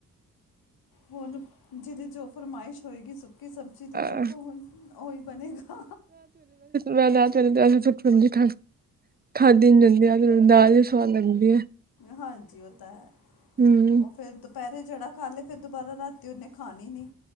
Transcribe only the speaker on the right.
ਅ ਹਾਂ
ਮੈ ਦਰੇ ਸੁੀਜ਼ੀ ਖਾ ਖਾਦੀ ਨੀ ਜਾਂਦੀ ਆ ਦਾਲ ਹੀ ਸਵਾਦ ਲੱਗਦੀ ਹੈ।
ਹੂੰ